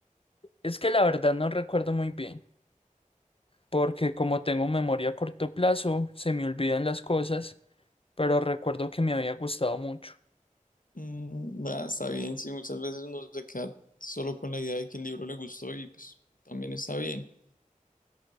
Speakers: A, on the left; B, on the left.
A: Es que la verdad no recuerdo muy bien, porque como tengo memoria a corto plazo, se me olvidan las cosas, pero recuerdo que me había gustado mucho.
B: Mm, ah, está bien, sí, muchas veces uno se queda solo con la idea de que el libro le gustó y pues también está bien.